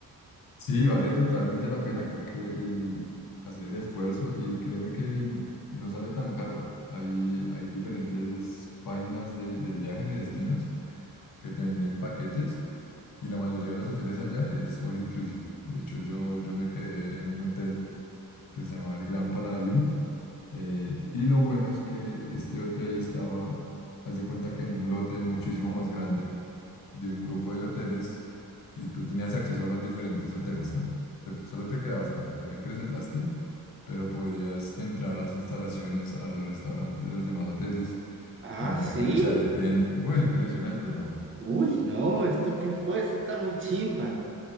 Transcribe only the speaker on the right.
Ah,
sí.
Uy, no, ¿esto qué fue? Eso está muy chimba.